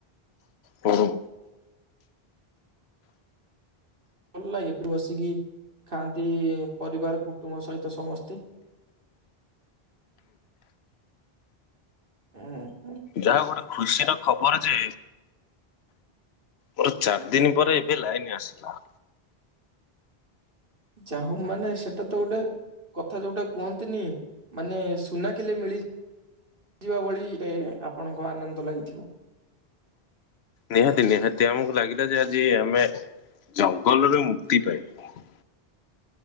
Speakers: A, on the left; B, on the right.
A: ହଉ।
B: ଭଲ ଲାଗେ ବସିକି ଖାଆନ୍ତି ପରିବାର କୁଟୁମ୍ବ ସହିତ ସମସ୍ତେ। ହୁଁ
A: ଯାହା ଗୋଟେ ଖୁସିର ଖବର ଯେ ମୋର ଚାର୍ ଦିନ ପରେ ଏବେ ଲାଇନ ଆସିଲା।
B: ଯାହା ହଉ ମାନେ ସେଟା ତ ଗୋଟେ କଥା ଯୋଉଟା କୁହନ୍ତିନି ମାନେ ସୁନା କିଲେ ମିଳି ଯିବା ଭଳି ଆପଣଙ୍କ ଆନନ୍ଦ ଲାଗିଥିବ।
A: ନିହାତି ନିହାତି ଆମକୁ ଲାଗିଲା ଯେ ଆଜି ଆମେ ଜଙ୍ଗଲରେ ମୁକ୍ତି ପାଇବୁ।